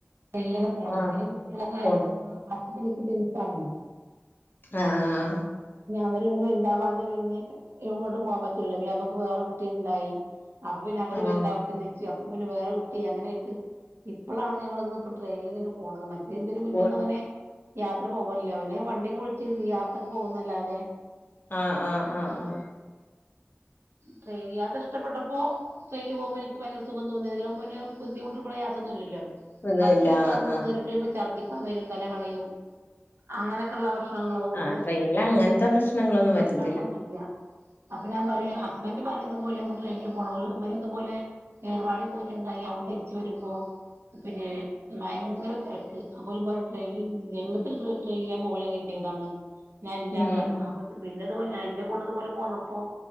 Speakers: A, on the right; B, on the left.
A: ട്രെയിനിലൊക്കെ പോണത്
B: ആ
A: പിന്നെ കുട്ടികളൊക്കെ
B: പോണം
A: ആയോക്കുമ്പോ <unintelligible> ടിൻസാണ്.
B: ആഹ ആഹ്ഹ
A: അവരൊന്നു വെല്താവാതെ പിന്നെ എങ്ങട്ടും പോകാ പറ്റൂലല്ലോ പിന്നെപ്പോഴേക്ക് വേറെ കുട്ടിണ്ടായി അപ്പൊ പിന്നെ അവര്
B: ആഹ്
A: വലുതാവട്ടേന്ന്ച്ച്
B: ആഹ്
A: <unintelligible> പ്പ പിന്നെ വേറെ കുട്ടി അങ്ങനെയായിട്ട് ഇപ്പളാണ് ഞങ്ങളൊന്ന് ഇപ്പം ട്രെയിനിൽങ്ങനെ പോണത് മറ്റേ ഇതിനമുന്നേന്നും
B: പോ
A: അങ്ങനെ യാത്ര പോവാറില്ല അവന് വണ്ടി <unintelligible> സിയാർത്തൊക്കെ പോകുന്നല്ലാതെ
B: ആഹ് ആഹ് ആഹ്
A: അ
B: ആഹ്
A: ട്രെയിന് യാത്ര ഇഷ്ടപ്പെട്ടപ്പോ ട്രെയില് പോവുമ്പോ എനിക്ക് ഭയങ്കര സുഖം തോന്നി അയിലാവുമ്പോ പിന്നെ ബുദ്ധിമുട്ടും പ്രയാസൊന്നുല്ലല്ലോ
B: ഒന്നുമില്ല
A: ബസ്സിലൊക്കെ
B: ആഹ്
A: ആകുമ്പോ
B: ആഹ്
A: കയറി കഴിയുമ്പോ ഛർദ്ദിക്കാൻ വരും തല കളയും അങ്ങനെയൊക്കെള്ള പ്രശ് <unintelligible> ള്ളത് കൊണ്ട്
B: ആഹ് ട്രെയിനിൽ അങ്ങനത്തെ പ്രശ്നങ്ങളൊന്നും
A: പ്രശ്നങ്ങളൊന്നുല്ല
B: വരുന്നില്ല
A: അപ്പൊ ഞാൻ പറയാ ഹസ്ബന്റ് പറയും ഇതുപോലെ <unintelligible> ട്രെയിനിൽ പോണാ ഇവരിതുപോലെ ഏർവാടി പോയിട്ടുണ്ടായി അവിടന്ന് തിരിച്ച് വരുമ്പോ പിന്നെ ഭയങ്കര തിരക്ക് അ പോലും പറഞ്ഞട്ട ജന്മ <unintelligible> യിൽ ട്രെയിനിൽ പോവൂല കരുതിയാണ് ഞാൻ ഇല്ലന്ന്
B: ഉം
A: പറഞ്ഞു അപ്പ പിന്ന അതുപോല ഞാൻ എന്റെ കൂടുത പോലെ പോന്നപ്പോ